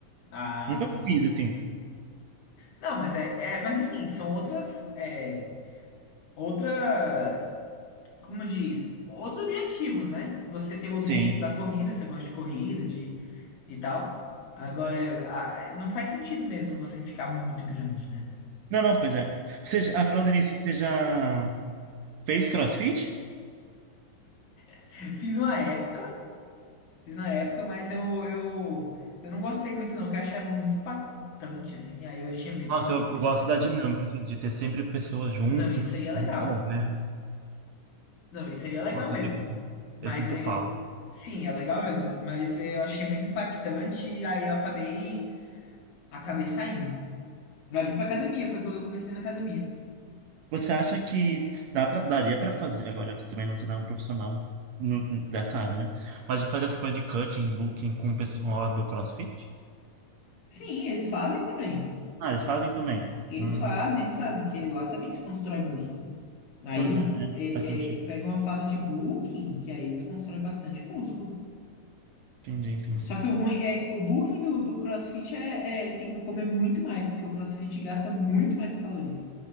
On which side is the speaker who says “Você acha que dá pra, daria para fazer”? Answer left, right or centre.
Right